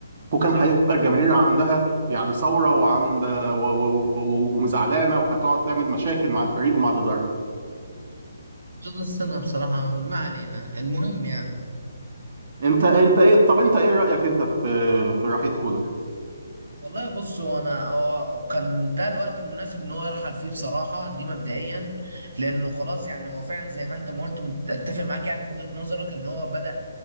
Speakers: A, on the right (about 35°); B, on the right (about 90°).
A: وكان هيبقى الجماهير عندها يعني ثورة وعمدة و- و- و- ومزعلانة وهتقعد تعمل مشاكل مع الفريق ومع الإدارة
B: بس انا بصراحة ما علينا المهم يعني
A: انت انت ايه طب انت ايه رأيك انت في في رحيل كولر
B: والله بص هو انا هو كان ده الوقت المناسب ان هو يرحل فيه بصراحه دي مبدئيا لانه خلاص يعني هو فعلا زي ما انت ما قلت اتفق معاك يعني في وجهه نظرك ان هو بدا